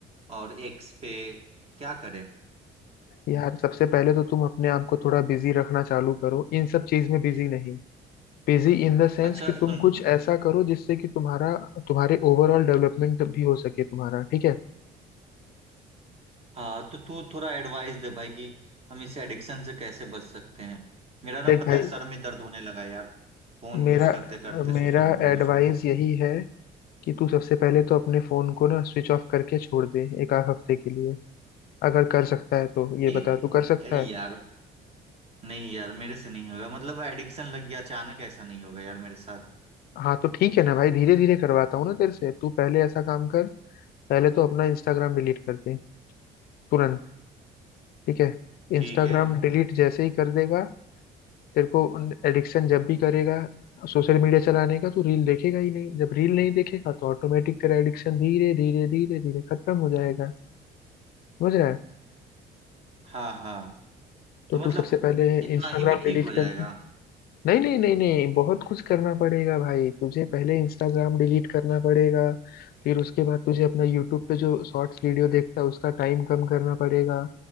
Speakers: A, on the right; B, on the left.
A: और एक्स पे क्या करें
B: यार सबसे पहले तो तुम अपने आप को थोड़ा बिजी रखना चालू करो इन सब चीज में बिजी नहीं बिजी इन द सेंस
A: अच्छा
B: कि तुम
A: सुन
B: कुछ ऐसा करो जिससे कि तुम्हारा तुम्हारे ओवरऑल डेवलपमेंट भी हो सके तुम्हारा ठीक है
A: हाँ तो तू थोड़ा एडवाइस दे भाई कि हम इस एडिक्शन से कैसे बच सकते हैं मेरा ना
B: देख
A: पता
B: भाई
A: है सर में दर्द होने लगा यार फोन
B: मेरा
A: यूज करते करते सोशल
B: मेरा
A: मीडिया यूज
B: एडवाइस
A: करते करते
B: यही है कि तू सबसे पहले तो अपने फोन को ना स्विच ऑफ करके छोड़ दे एक आध हफ्ते के लिए अगर कर सकता है तो ये
A: एक
B: बता तू कर सकता
A: ए
B: है
A: यार नहीं यार मेरे से नहीं होगा मतलब एडिक्शन लग गया अचानक ऐसा नहीं होगा यार मेरे साथ
B: हाँ तो ठीक है ना भाई धीरे धीरे करवाता हूँ ना तेरे से तू पहले ऐसा काम कर पहले तो अपना इंस्टाग्राम डिलीट कर दे तुरंत ठीक है
A: ठीक
B: इंस्टाग्राम
A: है
B: डिलीट जैसे ही कर देगा तेरे को एडिक्शन जब भी करेगा सोशल मीडिया चलाने का तू रील देखेगा ही नहीं जब रील नहीं देखेगा तो ऑटोमेटिक तेरा एडिक्शन धीरे धीरे धीरे धीरे खत्म हो जाएगा समझ रहा है
A: हाँ हाँ
B: तो
A: तो मतलब
B: तू सबसे पहले
A: इतना
B: इंस्टाग्राम
A: ही में ठीक
B: डिलीट
A: हो जाएगा
B: कर दे नहीं नहीं नहीं नहीं बहुत कुछ करना पड़ेगा भाई तुझे पहले इंस्टाग्राम डिलीट करना पड़ेगा फिर उसके बाद तुझे अपना यूट्यूब पे जो शॉर्ट्स वीडियो देखता है उसका टाइम कम करना पड़ेगा